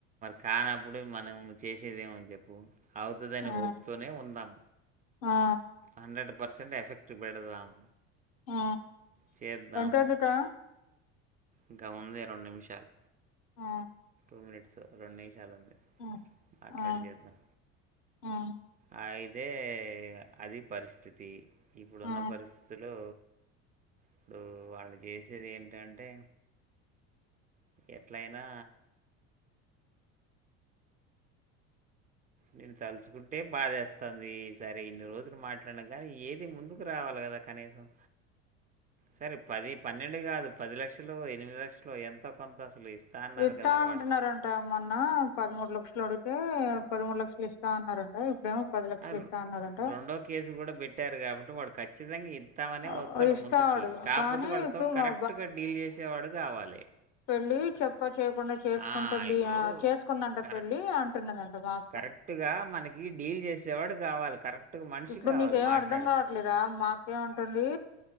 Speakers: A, on the right (about 25°); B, on the left (about 65°).
A: కానప్పుడుమనం చేసేదేముంది చెప్పు అవుతుందిని
B: ఆ!
A: హోప్తోనే ఉందాం
B: ఆ!
A: హండ్రెడ్ పర్సెంట్ ఎఫెక్ట్ పెడదాం
B: ఆ
A: చేద్దాం.
B: ఎంత అయ్యింది టైం
A: ఇంకా ఉందే రెండు నిమిషాలు
B: ఆ
A: టూ మనిట్స్ రెండు నిమిషాలు
B: ఆ!
A: మాట్లాడి
B: ఆ!
A: చేద్దాం
B: ఆ!
A: ఆ అదే అది పరిస్థితి ఇప్పుడున్న
B: ఆ!
A: పరిస్థితులో ఇప్పుడు వాళ్ళు చేసేది ఏంటంటే ఎట్లయినా నేను తలుచుకుంటే బాదేస్తోంది సరే ఇన్ని రోజులు మాట్లాడిన కానీ ఏది ముందుకు రావాలి కదా కనీసం సరే పది పన్నెండు కాదు పది లక్షలు ఎనిమిది లక్షలు ఎంత కొంత అసలు అన్నారు
B: ఇస్తా
A: కదా వాడు
B: ఉంటున్నారంటమొన్న పదమూడు లక్షలు అడుగు పదమూడు లక్షలు ఇస్తా అన్నారంట ఇప్పుడేమో
A: అసలు
B: ఇస్తా అన్నారంట.
A: రెండో కేసు కూడా పెట్టారు కాబట్టి వాడు ఖచ్చితంగా ఇ ఇస్తామనే
B: ఆహ్,
A: వస్తాడు
B: ఇస్తాడు
A: ముందుకి కాకపోతే
B: కానీ
A: వాళ్ళతో
B: ఇప్పుడు
A: కరెక్ట్
B: మా
A: గా డీల్ చేసేవాడు కావాలి
B: వెళ్లి చెప్ప చెప్పా చేయకుండా చేసుకుంటుంది
A: ఆ, ఇప్పుడు
B: చేసుకుందంట
A: కరెక్ట్
B: పెళ్ళి అంటున్నదంట మా అక్క
A: కరెక్ట్గా మనకి డీల్ చేసేవాడు కావాలి కరెక్ట్గా మనిషి
B: ఇప్పుడు
A: కావాలి
B: నీకేం
A: మాట్లాడు
B: అర్ధం కావట్లేదా మా అక్క ఏం ఏంది